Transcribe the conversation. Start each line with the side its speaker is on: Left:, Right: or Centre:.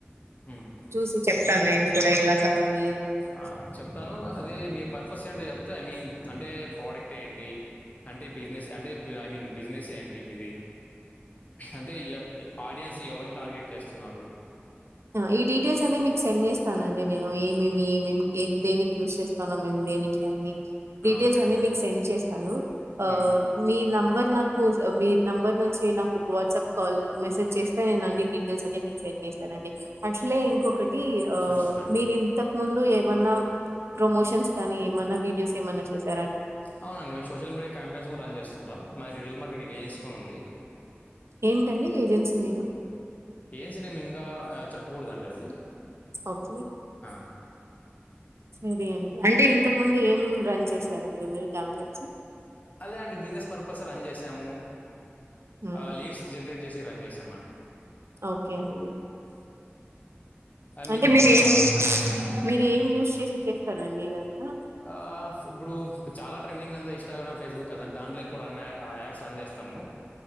Left: హుమ్
Right: చూసి చెప్తాను.
Left: చెప్పండి
Right: నాకు కావాలి ఏమి అని
Left: ఆ చెప్తాను అదే మీ పర్పస్ ఏంటో చెప్తే ఐ మీన్ అంటే ప్రోడక్ట్ ఏంటి అంటే బిజినెస్ అంటే ఐ మీన్ బిజినెస్ ఏంటి మీది అంటే ఆడియన్స్ ఎవరిని టార్గెట్ చేస్తున్నరు
Right: అ ఈ డీటెయిల్స్ అన్ని మీకు సెండ్ చేస్తానండి నేను ఇ మే మే దేనికి యూస్ చేస్తాన్నామ్ మేము దేనికి అని డీటెయిల్స్
Left: ఓకే
Right: అనేయి
Left: అండి
Right: మీకు సెండ్ చేస్తాను ఆ
Left: మ్మ్.
Right: మీ న బర్ నాకు మీ నంబర్ నుంచి నాకు వాట్సాప్ కాల్ మెసేజ్ చేస్తే నే అన్ని డీటెయిల్స్ అని మీకు సెండ్ చేస్తానండీ అట్లే ఇంకొకటి
Left: అని చెప్పండి
Right: మీరు ఇంతకు ముందు ఎ ఏమన్నా ప్రమోషన్స్ కానీ ఏమన్నా వీడియోస్ ఏమన్నా చేస
Left: అవునండి మేము సోషల్ మీడియా క్యాంపెయిన్స్ కూడా రన్ చేస్తుంటాం మాది రీటైల్ మార్కెటింగ్ ఏజెన్సీ కూడా ఉంది
Right: ఏంటండి ఏజెన్సీ నేమ్
Left: ఏజెన్సీ నేమ్ ఇంకా చెప్పకూడదండి అది
Right: ఓకే
Left: ఆ,
Right: సరే అండి అంటే ఇంతకు ముందు ఏం రన్ చేసారండి మీరు క్యాంపెన్స్
Left: అదే అండి బిజినెస్ పర్పస్ రన్ చేసాము
Right: హ్మ్.
Left: అ లీడ్స్ జనరేట్ చేసి రన్ చేస్
Right: ఓకే అండి
Left: అది
Right: అంటే
Left: మీకు ఏమైనా
Right: మీరు ఏం
Left: కావాలా
Right: మీరు ఏం యూస్ చేసి చేస్తారండి ఇదంతా
Left: ఆ ఇప్పుడు చాలా ట్రెండింగ్ అంతా ఇస్టాగ్రామ్ ఫేస్బుక్ కద దాంట్లో ఎక్కువ రన్ ఆ యాడ్స్ రన్ చేస్ తము